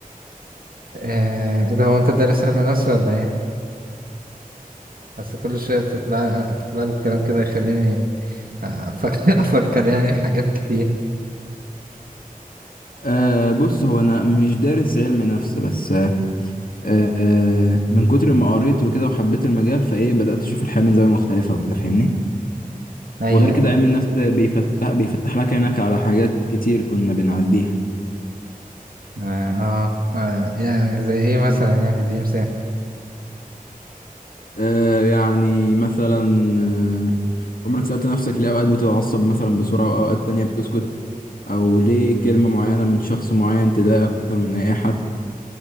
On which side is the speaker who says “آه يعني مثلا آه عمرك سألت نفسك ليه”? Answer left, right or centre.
Left